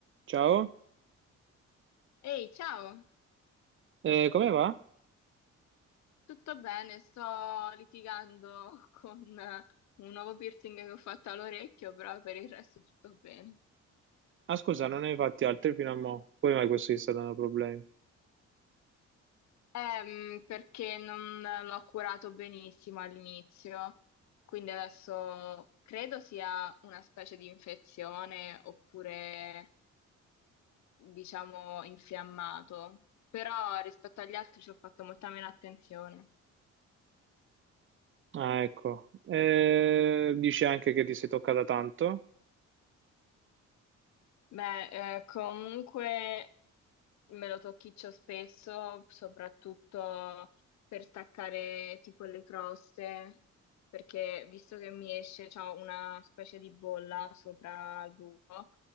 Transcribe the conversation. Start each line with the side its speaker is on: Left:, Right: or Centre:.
Right: Ciao,
Left: Ehi, ciao,
Right: Eh, come va?
Left: tutto bene? Sto litigando <laughs> con eh, un nuovo piercing che ho fatto all'orecchio, però per il resto tutto bene.
Right: Ah, scusa, non ne hai fatti altri fino a mo'. Poi mai questo ti sta dando problemi.
Left: Ehm, perché non l'ho curato benissimo all'inizio, quindi adesso credo sia una specie di infezione oppure, diciamo, infiammato, però rispetto agli altri ci ho fatto molta meno attenzione.
Right: Ah, ecco. Eh, dici anche che ti sei toccata tanto.
Left: Beh, eh, comunque Me lo tocchiccio spesso, soprattutto per staccare tipo le croste, perché visto che mi esce, c'ho una specie di bolla sopra il buco